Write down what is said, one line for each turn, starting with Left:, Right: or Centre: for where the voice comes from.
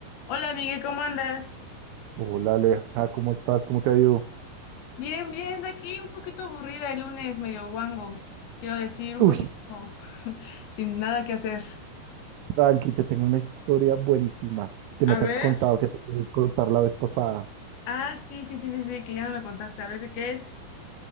Left: Hola Miguel, ¿cómo andas?
Right: Hola Aleja, ¿cómo estás? ¿Cómo te ha ido?
Left: Bien, bien, aquí un poquito aburrida el lunes, medio guango. Quiero decir, un
Right: Uy,
Left: poquito <laughs> sin nada que hacer.
Right: Tranqui, te tengo una historia buenísima que
Left: A
Right: no te
Left: ver.
Right: he contado, que te quería contar la vez pasada.
Left: Ah, sí, sí, sí, sí, sí, que ya no me contaste. A ver, ¿de qué es?